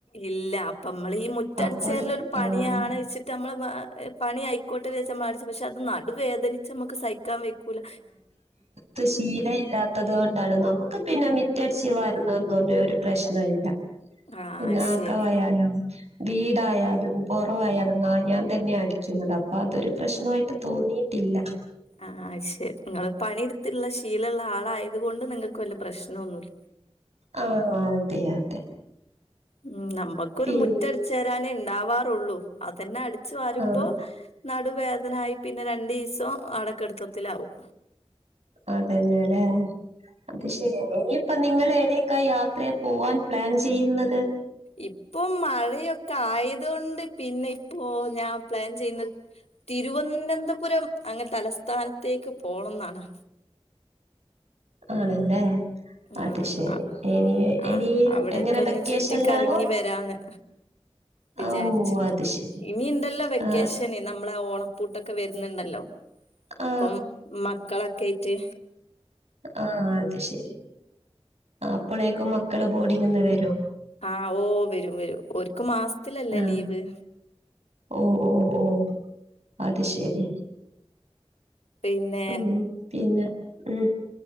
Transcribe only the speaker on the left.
ഇല്ല അപ്പമ്മളീ മുറ്റട്ച്ചേരലൊരു
പണിയാണീച്ചി
ട്ടമ്മള് പണിയയ്ക്കോട്ടെ വിചാര്ച്ചമ്മളട്ച്ച് പക്ഷേ അത് നടുവേദനിച്ചമ്മക്ക് സഹിക്കാൻ ക്കാ വെയ്ക്കൂല <inaudible>
ആഹ്
ശരി
ആഹ് അ ശരി ങ്ങള് പണിട്ത്ള്ള ശീലള്ളാളായത് കൊണ്ട് നിങ്ങക്ക് വല്ല പ്രശ്നന്നുല്ല
ഉം നമ്മക്കൊരു
മുറ്റട്ചാരാനേ ണ്ടാവാറൊള്ളൂ അതന്നെ അടിച് വരുമ്പോ
നടുവേദനായി പിന്നെ രണ്ടീസൊ ആടെക്കെടത്തത്തിലാവും
ഇപ്പൊ മഴയൊക്കായത്കൊണ്ട് പിന്നെ ഇപ്പോ ഞാൻ പ്ലാൻ ചെയ്ന്നേ തിരുവനന്തപുരം അങ്ങ് തലസ്ഥാനത്തേക്ക് പോണം ന്നാണ്
ആഹ്
ആഹ്
അവിടൊക്കെന്ന്
ചുറ്റിക്കറങ്ങി വരാന്ന് വിചാരിച്ചിട്ട്
ഇനിണ്ടല്ലോ വെക്കേഷ
പിന്നെ നമ്മളാ ഓണപ്പൂട്ടൊക്കെ വര്ന്ന്ണ്ടല്ലോ
പ്പം മക്കളൊക്കായ്റ്റ്
ആഹ് ഓ വരും വരും ഒര്ക്ക് മാസത്തിലല്ലേ
ലീവ്
പിന്നെ